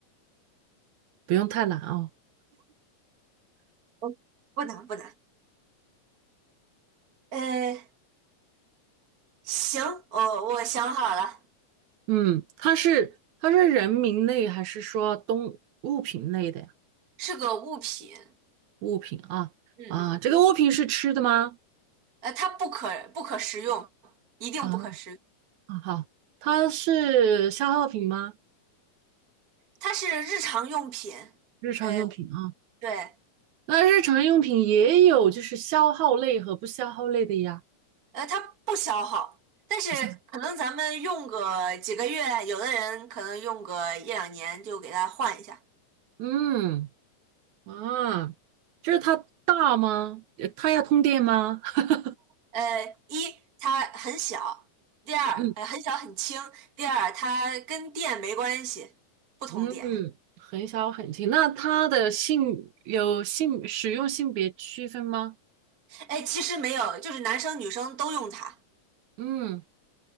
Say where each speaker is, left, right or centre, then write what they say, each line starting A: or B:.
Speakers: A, on the right; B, on the right.
A: 不用太难哦。
B: 我不难不难。呃，行，我我想好了，
A: 嗯，它是它是人名类还是说动物品类的呀？
B: 是个物品。
A: 物品啊啊，
B: 嗯嗯，
A: 这个物品是吃的吗？
B: 呃，它不可不可食用，一定不可食用。
A: 啊。啊，好，它是消耗品吗？
B: 它是日常用品。
A: 日常用品啊，
B: 呃，对。
A: 那日常用品也有就是消耗类和不消耗类的呀。
B: 呃，它不消耗，但是可能咱们用个几个月，
A: 不像，
B: 有的人可能用个一两年就给它换一下。
A: 嗯，啊，就是它大吗？呃它要通电吗？<laughs>
B: 呃，一它很小，第二呃很小很轻，
A: 嗯
B: 第二它跟电没关系，不通电。
A: 嗯，很小很轻。那它的性有性使用性别区分吗？
B: 哎，其实没有，就是男生女生都用它，
A: 嗯，